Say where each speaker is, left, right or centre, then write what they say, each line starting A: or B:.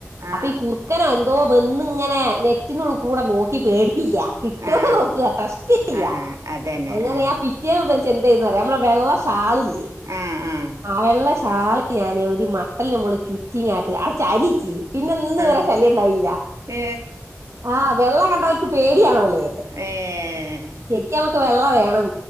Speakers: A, on the right (about 85°); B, on the right (about 65°).
A: ആ
B: അപ്പൊ ഈ കുർക്കനോ എന്തോ വെന്ന് ഇങ്ങനെ നെറ്റിനുള്ള കൂടെ നോക്കി പേടിപ്പിക്കാ കിട്ടോ
A: ആ
B: നോക്ക ടെസ്റ്റ് യ്യ
A: ആ അതന്നെ
B: അങ്ങനെയാ
A: ആ
B: കിട്ടിയത് മുതൽച്ച് എന്ത് ചെയ്തേന്നറിയോ നമ്മടെ വെള്ളഷാളില്ലേ
A: ആ ആ
B: ആഹ് വെള്ളഷാൾ ഞാന് ഒരു മട്ടൽന്റെ മോളിൽ ചുറ്റിങാണ്ട് അടെ ചാരിച്ച് പിന്നെ ഇന്ന് വേരെ
A: ആ
B: ശല്യണ്ടായില്ല
A: ഏ
B: ആഹ് വെള്ള കണ്ടഓൽക്ക് പേടിയാണോല്ലേയ്
A: ഏഹ്
B: ശരിക്ക് ഞമ്മക്ക് വെള്ള വേണം